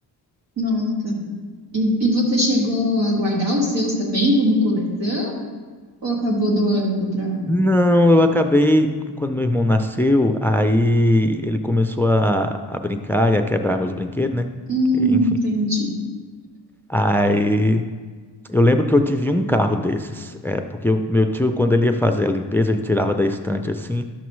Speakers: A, on the right (about 80°); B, in the centre.
A: Nossa. E, e você chegou a guardar os seus também como coleção? Ou acabou doando para...
B: Não, eu acabei, quando meu irmão nasceu, aí ele começou a, a brincar e a quebrar meus brinquedos, né?
A: Hum,
B: Enfim.
A: entendi.
B: Aí Eu lembro que eu tive um carro desses, é, porque o meu tio, quando ele ia fazer a limpeza, ele tirava da estante assim,